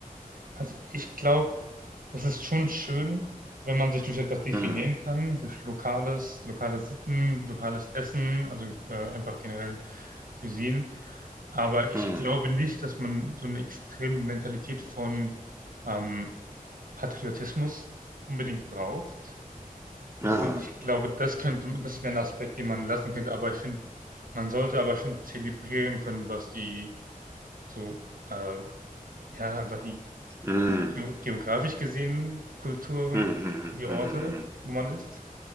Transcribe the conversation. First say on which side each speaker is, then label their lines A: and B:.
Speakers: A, on the right; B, on the right.
A: Also ich glaube, es ist schon schön, wenn man sich durch etwas definieren
B: Mm,
A: kann, durch lokales, lokale Sitten, lokales Essen, also äh, einfach generell Cuisine. Aber ich
B: mm,
A: glaube nicht, dass man so eine extreme Mentalität von ähm, Patriotismus unbedingt braucht,
B: ah,
A: Und ich glaube, das könnte das wäre ein Aspekt, den man lassen könnte, aber ich finde, man sollte aber schon zelebrieren können, was die so, äh, ja, einfach die
B: mm,
A: geo- geografisch gesehen Kulturen,
B: mm, mm,
A: die Orte,
B: mm, mm.
A: wo man ist.